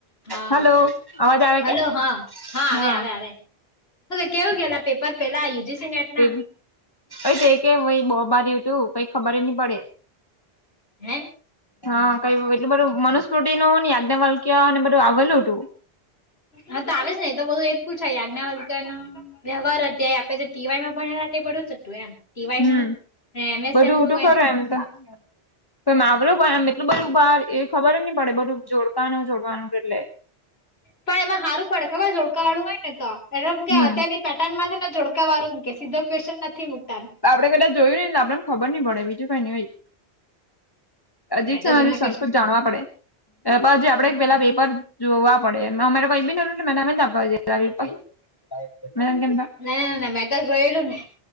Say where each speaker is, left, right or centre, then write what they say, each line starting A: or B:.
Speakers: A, on the left; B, on the left.
A: હા
B: hello hello અવાજ આવે
A: હલો
B: કે
A: હા
B: હા
A: આવે આવે આવે કેવું ગયેલા પેપર પેલા યુજીસી નેટના
B: તો કેમ ભ બહુ બારું તું કઈ ખબર નહી પડે
A: હે
B: હા કઈ એટલું બધું મન <unintelligible> વાલ્ક્ય ને બધું આવેલું હતું.
A: હા તો આવે જ ને તો બધું એ જ પૂછાય આજ્ઞા વલકા નો વ્યવહાર અધ્યાય આપે છે. ટીવાયમાં ભણેલા તે બધું જ હતું એમ. ટીવાય
B: હમ
A: નું એમએસએમ
B: બધું ઊટું
A: નું
B: કરું એમ તો તો એ મા આવડમ એટલું બધું બહાર એ ખબર જ નહી પડે બધું જોડકાનું જોડવાનું એટલે
A: પણ એમાં સારું પડે ખબર જોળકાવાળું હોય ને તો એ અત્યારની
B: હમ
A: પેટર્નમાં ને જોડકા વાળ મૂકે સીધો ક્વેશ્ન નથી મૂકે
B: આપડે પેલા જોયું ને આપડ ખબર નહીં પડે બીજું કઈ ની હોય અજીક
A: મેં
B: છેન
A: તો જૂના
B: અજી સંસ્કૃત
A: ક્વેશ્ચન
B: જાણવા પડે. પછી આપડે એક પેલા પેપર જોવા પડે અમે કઈ બી નતો તો મેં તો આપવા જેય લાગલી પહી મેં એમ કેમ તો.
A: ના ના મેં તો જોયેલું ને.